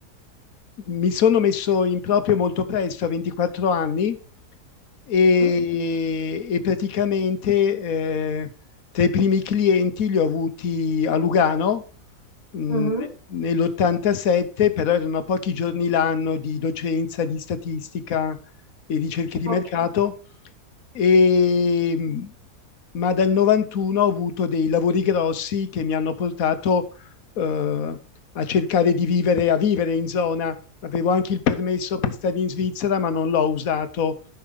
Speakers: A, on the left (about 60°); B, on the left (about 25°).
A: Mi sono messo in proprio molto presto, a 24 anni, e
B: Mhm,
A: e praticamente, ehm, tra i primi clienti li ho avuti a Lugano, mhmm,
B: mhm,
A: nell'87, però erano a pochi giorni l'anno di docenza di statistica e ricerche di
B: Ok,
A: mercato, ehm, ma dal 91 ho avuto dei lavori grossi che mi hanno portato, uhm, a cercare di vivere a vivere in zona Avevo anche il permesso per stare in Svizzera, ma non l'ho usato